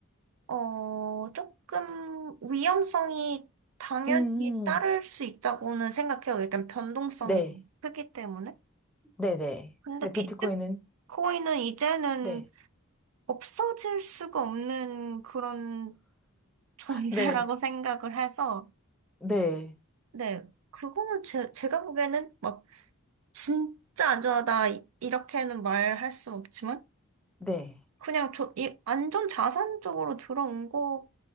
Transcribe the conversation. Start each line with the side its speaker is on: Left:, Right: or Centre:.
Right: 어 조금 위험성이 당연히
Centre: 음,
Right: 따를
Centre: 음.
Right: 수 있다고는 생각해요. 약간 변동성이
Centre: 네.
Right: 너무 크기 때문에.
Centre: 네네.
Right: 근데
Centre: 네, 비트코인은?
Right: 비트코인은 이제는
Centre: 네.
Right: 없어질 수가 없는 그런 <laughs> 존재라고
Centre: 네.
Right: 생각을 해서
Centre: 네.
Right: 네 그거는 제, 제가 보기에는 막 진짜 안전하다 이- 이렇게는 말할 수 없지만.
Centre: 네.
Right: 그냥 저, 이, 안전 자산 쪽으로 들어온 것